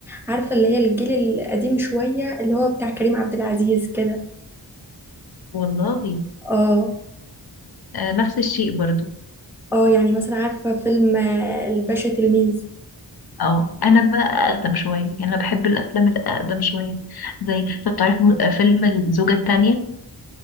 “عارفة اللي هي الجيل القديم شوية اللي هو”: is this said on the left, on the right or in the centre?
Centre